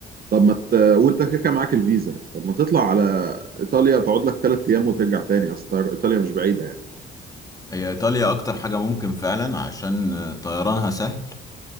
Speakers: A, on the right; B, on the left.
A: طب ما ت... وانت كده كده معاك الفيزا طب ما تطلع على ايطاليا تقعد لك ثلاث ايام وترجع تاني اصل ايطاليا مش بعيده يعني
B: هي إيطاليا أكتر حاجة ممكن فعلا عشان طيرانها سهل